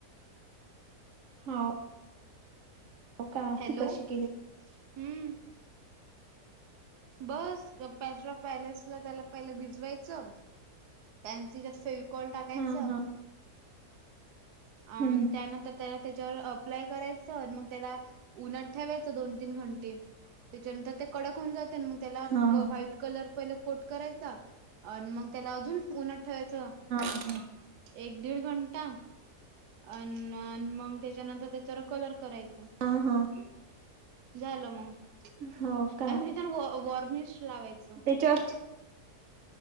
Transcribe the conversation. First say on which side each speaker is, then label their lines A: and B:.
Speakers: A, on the right; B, on the right.
A: हो. हो का
B: हॅलो
A: ती कशी केली.
B: हम्म बस पॅस्रा पॅलेसला त्याला पहिलं भिजवायचं. त्यांच तिच्यात फेविकॉल टाकायचा
A: हा हा
B: अ
A: हम्म
B: त्यानंतर त्याला त्याच्यावर अप्लाय करायच मग त्याला उन्हात ठेवायचं दोन तीन घंटे त्याच्यानंतर कडक होऊन जाते अन् मग त्याला
A: हा
B: व्हाईट कलर पहिले कोड करायचा अन् मग त्याला अजुन ठवायचं
A: ह हा
B: एक दीड घंटा अ मग त्याच्यानंतर त्याच्यावर कलर करायचं
A: हा हा
B: झालं मग
A: हो का
B: आणि मग तिथन व वॉर्निश लावायच
A: त्याच्यावर